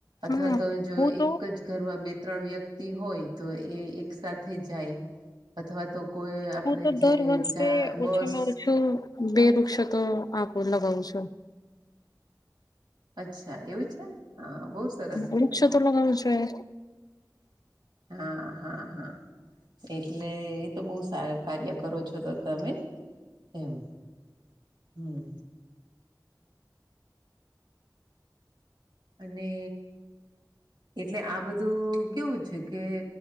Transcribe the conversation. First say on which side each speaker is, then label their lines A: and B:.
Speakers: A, on the right; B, on the left.
A: અથવા
B: હા
A: તો જો
B: હું તો
A: એક જ ઘરમાં બે ત્રણ વ્યક્તિ હોય તો એ એક સાથેથે જાય. અથવા તો કોઈ આપણે
B: હું તો
A: જે
B: દર વર્ષે
A: જ્યાં બસ
B: ઓછામાં ઓછું બે વૃક્ષ તો આપું લગાવું છું.
A: અચ્છા એવું છે, હા બહુ સરસ કહેવાય.
B: વૃક્ષો તો લગાવું જોઈએ
A: હા, હા, હા. એટલે એ તો બહુ સારું કાર્ય કરો છો, તો તમે એમ. હું અને, એટલે આ બધું કેવું છે, કે